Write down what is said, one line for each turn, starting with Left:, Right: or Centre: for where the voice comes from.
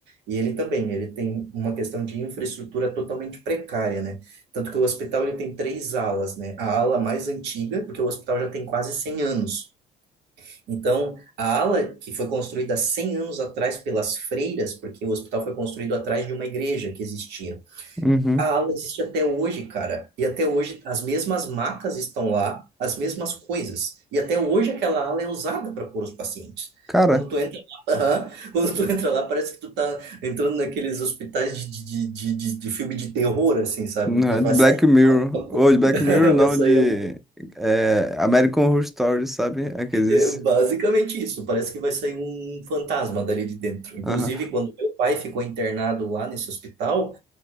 Right: e ele também, ele tem uma questão de infraestrutura totalmente precária, né? Tanto que o hospital ele tem três alas, né? A ala mais antiga, porque o hospital já tem quase 100 anos. Então, a ala que foi construída 100 anos atrás pelas freiras, porque o hospital foi construído atrás de uma igreja que existia,
Centre: Uhum.
Right: a ala existe até hoje, cara. E até hoje as mesmas macas estão lá, as mesmas coisas. E até hoje aquela ala é usada para pôr os pacientes.
Centre: Cara,
Right: Quando tu entra lá, <laughs> Aham. Quando tu entra lá, parece que tu tá entrando naqueles hospitais de, de, de, de, de filme de terror, assim, sabe?
Centre: Não,
Right: Vai
Centre: é
Right: vai
Centre: de Black
Right: sair
Centre: Mirror.
Right: uma- uma
Centre: Ou
Right: co-
Centre: de Black
Right: <laughs>
Centre: Mirror, não,
Right: Vai sair
Centre: de
Right: algum...
Centre: é, American Horror Story, sabe? Aqueles.
Right: é basicamente isso. Parece que vai sair um fantasma dali de dentro. Inclusive,
Centre: Aham.
Right: quando meu pai ficou internado lá nesse hospital,